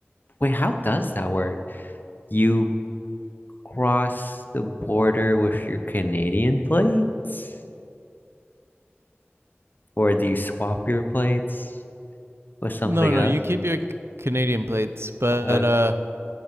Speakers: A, on the left (about 45°); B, on the right (about 70°).
A: Wait, how does that work? You cross the border with your Canadian plates, or do you swap your plates with something
B: No, no,
A: Yeah.
B: you
A: else?
B: keep your Canadian plates, but
A: Uh,
B: uh,